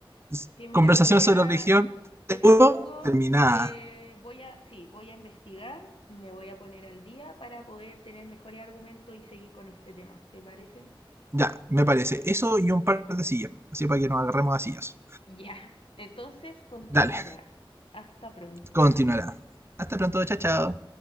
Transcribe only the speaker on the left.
Sí, mira,
voy
a,
te
propongo
que voy a, sí, voy a investigar, me voy a poner al día para poder tener mejores argumentos y seguir con este tema, ¿te parece?
Ya, <laughs> entonces continuará.
Hasta pronto.